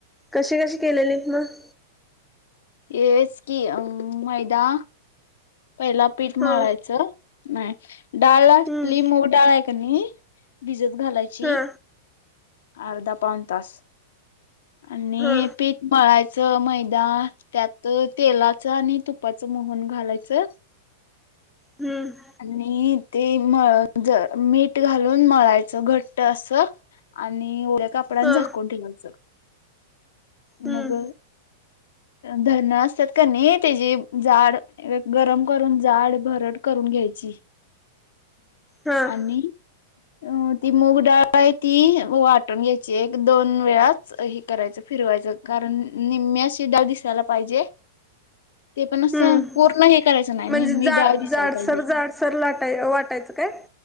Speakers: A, in the centre; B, on the left (about 75°).
A: कशी कशी केलेलीत मग.
B: तेचं की... अ मैदा.. पहिला पीठ मळायचं.
A: हा
B: नाही... डाळ असली
A: हम्म
B: मूग डाळाय. हायकी नाय भिजत घालायची.
A: हा
B: अर्धा पाऊनतास. आणि
A: हा
B: पीठ मळायचं मैदा त्यात तेलाच आणि तुपाचं. मोहन घालायचं.
A: हम्म..
B: आणि ते मळ-ज मीठ घालून मळायचं घट्ट असं. आणि ओळ्या कापड्यांने
A: हा
B: झाकून ठेव्हायचं.
A: हम्म
B: मग... भरड असतात का नाही, त्याची जाड गरम करून जाड भरड कर. करून घ्याची
A: हा
B: आणि- अ ती मूग डाळ आहे ती वाटून घ्यायची एक दोन वेळाच. करायचं फिरवायचं कारण निम्ममीशी डाळ दिसायला पाहिजे. ते पण अस
A: हम्म
B: पूर्ण हे. करायचं नाही. निम्मी
A: म्हणजे जा
B: अशी दिसयाला
A: जाडसर
B: पाहिजे.
A: जाडसर लाटाय वाटायचं काय